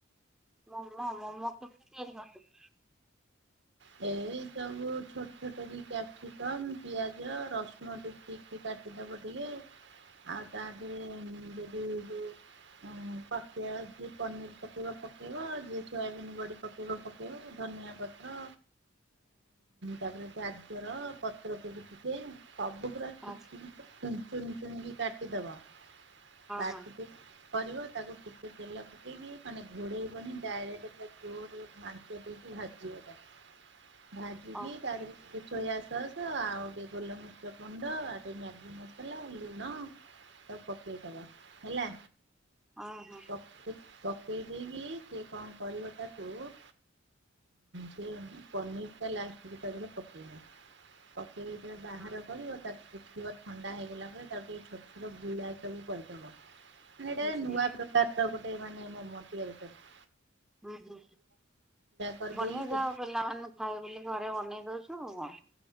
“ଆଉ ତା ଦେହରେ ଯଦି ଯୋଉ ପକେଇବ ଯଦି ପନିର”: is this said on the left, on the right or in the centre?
Right